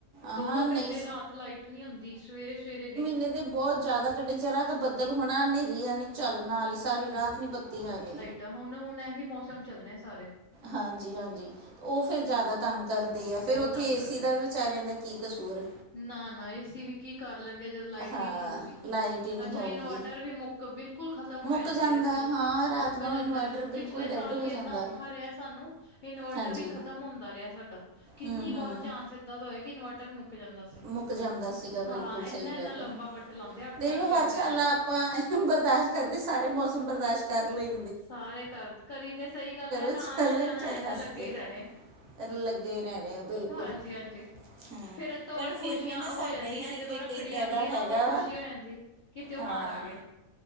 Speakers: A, on the right; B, on the left.
A: ਆਹਾਂ
B: ਦੋ ਦੋ
A: ਨਹੀਂ
B: ਘੰਟੇ ਰਾਤ ਲਾਈਟ ਨਹੀਂ ਹੁੰਦੀ ਸਵੇਰੇ ਸਵੇਰੇ ਵੀ।
A: ਨੇ ਤੇ ਬਹੁਤ ਜ਼ਿਆਦਾ ਕਟ ਚਾਰ ਬੱਦਲ ਹੋਣਾ, ਹਨੇਰੀ ਆਣੀ ਝੱਲ ਨਾਲ। ਸਾਰੀ ਰਾਤ ਨੀ ਬੱਤੀ ਆਨੀ।
B: ਤਾਂ ਹੁਣ, ਹੁਣ ਇਹੀ ਮੌਸਮ ਚੱਲਣੇ ਸਾਰੇ।
A: ਹਾਂਜੀ-ਹਾਂਜੀ ਉਹ ਫਿਰ ਜ਼ਿਆਦਾ ਤੰਗ। ਕਰਦੇ ਆ,
B: ਬਹੁਤ
A: ਫਿਰ ਉੱਥੇ
B: ਤੰਗ
A: ਏਸੀ
B: ਕਰਦੇ
A: ਦਾ ਵੀ ਵਿਚਾਰਿਆਂ ਦਾ ਕੀ ਕਸੂਰ।
B: ਨਾ ਨਾ ਏਸੀ ਵੀ ਕੀ ਕਰ ਲੈਣਗੇ, ਜਦ ਲਾਈਟ
A: ਹਾਂ
B: ਹੀ ਨਹੀਂ ਹੋਊਗੀ
A: ਲਾਈਟ ਹੀ ਨਹੀਂ
B: ਅੱਛਾ
A: ਹੋਊਗੀ।
B: ਇਨਵਰਟਰ ਵੀ ਮੁੱਕ ਬਿਲਕੁਲ ਖਤ। ਖਤਮ
A: ਮੁੱਕ
B: ਹੋ ਜਾਂਦੇ
A: ਜਾਂਦਾ
B: ਆ
A: ਹਾਂ ਰਾਤ
B: ਮੁੱਕ
A: ਨੂੰ
B: ਜਾਂਦਾ,
A: ਇਨਵਰਟਰ
B: ਪਿਛਲੇ
A: ਬਿਲਕੁਲ ਡੈੱਡ
B: ਸਾਲ
A: ਹੋ
B: ਵੀ ਇੰਨਾ
A: ਜਾਂਦਾ।
B: ਔਖਾ ਰਿਹਾ ਸਾਨੂੰ। ਇਨਵਰਟਰ
A: ਹਾਂਜੀ
B: ਵੀ ਖਤਮ ਹੁੰਦਾ ਰਿਹਾ, ਸਾਡਾ ਕਿੰਨੀ
A: ਹੂੰ ਹੂੰ
B: ਵਾਰ ਚ। ਐਦਾ ਹੋਇਆ ਕਿ ਇਨਵਰਟਰ ਮੁੱਕ ਜਾਂਦਾ ਸੀ।
A: ਮੁੱਕ ਜਾਂਦਾ ਸੀਗਾ
B: ਹਾਂ
A: ਬਿਲਕੁਲ
B: ਇੰਨਾ,
A: ਸਹੀ
B: ਇੰਨਾ
A: ਗੱਲ
B: ਲੰਬਾ
A: ਆ।
B: ਕੱਟ ਲਾਉਂਦੇ ਆ ਅੱਠ-ਅੱਠ
A: ਦੇਖ ਲਓ
B: ਘੰਟਿਆਂ
A: ਹਰ ਸਾਲ
B: ਦਾ।
A: ਆਪਾਂ ਬਰਦਾਸ਼ਤ ਕਰਦੇ ਸਾਰੇ ਮੌਸਮ ਬਰਦਾਸ਼ਤ ਕਰ ਲਈ।
B: ਸਾਰੇ ਕਰ ਕਰੀ ਤੇ ਸਹੀ ਗੱਲ ਹੈ, ਤਾਂ
A: ਚਲੋ
B: ਆਣਾ ਜਾਣਾ
A: ਚਾਹੇ
B: ਐ
A: ਹੱਸ
B: ਤਾਂ ਲੱਗੇ
A: ਕੇ
B: ਹੀ ਰਹਿਣੇ।
A: ਲੱਗੇ ਹੀ ਰਹਿਣੇ ਆ ਬਿਲਕੁਲ
B: ਹਾਂਜੀ-ਹਾਂਜੀ
A: ਹਾਂ
B: ਫਿਰ। ਤੋਂ
A: ਪਰ
B: ਬਾਅਦ ਖੁਸ਼ੀਆਂ
A: ਫਿਰ ਵੀ ਨਾ ਸਾਡਾ
B: ਹੋ ਜਾਂਦੀਆਂ,
A: ਹੀ ਸਿਰਫ
B: ਜਦੋਂ
A: ਇੱਕ
B: ਰੱਖੜੀ
A: ਇੱਦਾਂ
B: ਆਉਂਦੀ
A: ਦਾ
B: ਹੈ
A: ਹੈਗਾ
B: ਨਾ ਉਦੋਂ ਖੁਸ਼ੀ
A: ਵਾ
B: ਹੋ ਜਾਂਦੀ ਕਿ ਤਿਉਹਾਰ
A: ਹਾਂ
B: ਆ ਗਏ। <inaudible>